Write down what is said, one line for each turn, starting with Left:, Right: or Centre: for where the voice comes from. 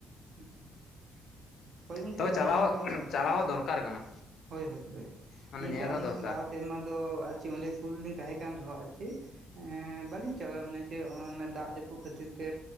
Right: ᱟᱪᱪᱷᱟ ᱦᱳᱭ ᱜᱚᱝᱠᱮ
Left: ᱛᱚᱵᱮ
Right: ᱟᱹᱞᱤᱧ
Left: ᱪᱟᱞᱟᱣ
Right: ᱦᱚᱸ
Left: ᱪᱟᱞᱟᱣ ᱦᱚ ᱫᱚᱨᱠᱟᱨ ᱠᱟᱱᱟ᱾
Right: ᱦᱳᱭ ᱦᱳᱭ ᱦᱳᱭ
Left: ᱢᱟᱱᱮ
Right: ᱜᱚᱝᱠᱮ
Left: ᱧᱮᱞ
Right: ᱟᱹᱞᱤᱧ
Left: ᱫᱚᱨᱠᱟᱨ
Right: ᱦᱚᱸ ᱞᱟᱦᱟ ᱥᱮᱨᱢᱟ ᱫᱚ ᱟᱨᱪᱮᱫ ᱚᱸᱰᱮ ᱥᱩᱨ ᱨᱮᱞᱤᱧ ᱛᱟᱦᱮᱸ ᱠᱟᱱ ᱨᱮᱦᱚᱸ ᱟᱨ ᱪᱮᱫ? ᱮᱸ ᱵᱟᱹᱞᱤᱧ ᱪᱟᱞᱟᱜᱼᱟ ᱢᱟᱱᱮ ᱪᱮᱫ ᱚᱱᱮ ᱫᱟᱜ ᱡᱟᱹᱯᱩᱫ ᱠᱷᱟᱹᱛᱤᱨ ᱛᱮ